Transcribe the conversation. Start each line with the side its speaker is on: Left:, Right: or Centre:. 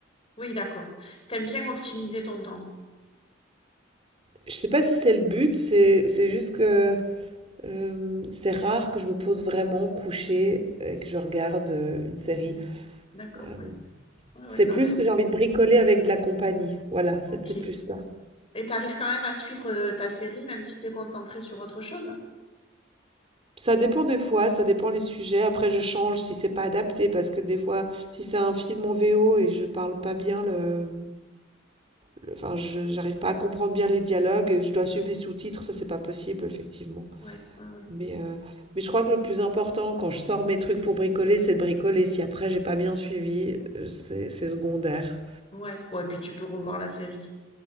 Left: Oui, d'accord. T'aimes bien optimiser ton temps.
Right: Je sais pas si c'est le but, c'est c'est juste que, hem, c'est rare que je me pose vraiment couchée et que je regarde, heu, une série.
Left: Hmm. D'accord,
Right: Euh,
Left: ouais. Ouais, ouais,
Right: C'est
Left: non,
Right: plus
Left: mais
Right: que
Left: c'est...
Right: j'ai envie de bricoler avec de la compagnie. Voilà,
Left: Ok.
Right: c'est peut-être plus ça.
Left: Et t'arrives quand même à suivre euh, ta série, même si t'es concentré sur autre chose?
Right: Ça dépend des fois, ça dépend les sujets. Après, je change si c'est pas adapté, parce que des fois, si c'est un film en VO et je parle pas bien le, le- enfin, je j'arrive pas à comprendre bien les dialogues et je dois suivre les sous-titres, ça c'est pas possible effectivement.
Left: Ouais, ouais, ouais.
Right: Mais euh, mais je crois que le plus important quand je sors mes trucs pour bricoler, c'est de bricoler. Si après j'ai pas bien suivi, euh, c'est c'est secondaire.
Left: Ouais. Bon, et puis tu peux revoir la série.